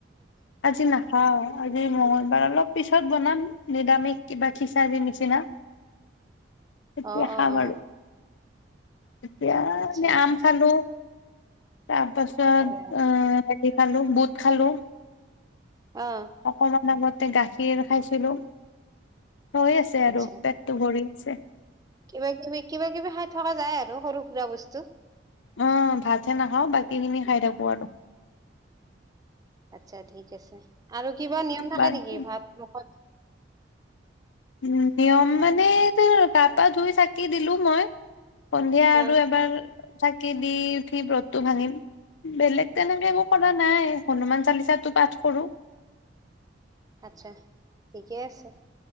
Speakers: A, on the left; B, on the right.
A: আজি নাখাওঁ আজি মঙ্গলবাৰ অলপ পিছত বনাম নিৰামিষ কিবা খিচাৰি নিচিনা তেতিয়া
B: অ
A: খাম
B: অ অ
A: আৰু এতিয়া
B: আচ্ছা
A: মানে আম খালো তাৰ পাছত
B: হয় হয়
A: অহ হেৰি খালো বুট খালো
B: অ
A: অকমান আগতে গাখীৰ খাইছিলো হৈ আছে
B: আচ্ছা
A: আৰু পেটটো ভৰি ছে
B: কিবা কিবি কিবা কিবি খাই থকা যায় আৰু সৰু সুৰা বস্তু
A: অ ভাতহে নাখাওঁ বাকী খিনি খাই থাকো আৰু
B: আচ্ছা ঠিক আছে আৰু কিবা নিয়ম থাকে
A: বাকী
B: নিকি ভাত মুখত
A: উ নিয়ম মানে গা পা ধুই চাকি দিলো মই সন্ধিয়া
B: অ
A: আৰু এবাৰ চাকি দি উঠি ব্ৰতটো ভাঙিম বেলেগ তেনেকে একো কৰা নাই হনুমান চালিচাতো পাঠ কৰো
B: আচছা ঠিকেই আছে